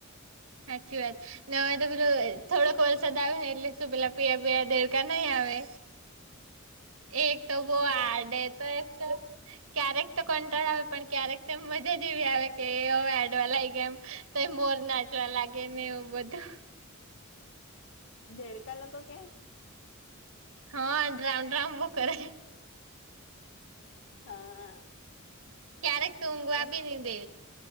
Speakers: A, on the right; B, on the left.
A: હાચી વાત. ન હવે તો પેલું થોડોક વરસાદ આવે ને એટલે શું પેલા પીયા પયા દેડકા નહીં આવે. એક તો બહ
B: શું
A: હડે
B: કઈ
A: તો એક તો ક્યારેક તો કંટાળો આવે પણ ક્યારેક તો મજા જ એવી આવે કે એવે એડોલાઈ ગયા એમ. તો મોર નાચવા લાગે ને એવું બધું.
B: દેડકા લોકો કે
A: હા ડ્રામ ડ્રામ બો કરે.
B: હા.
A: ક્યારેક તો ઉંઘવા
B: એ
A: બી ની દે.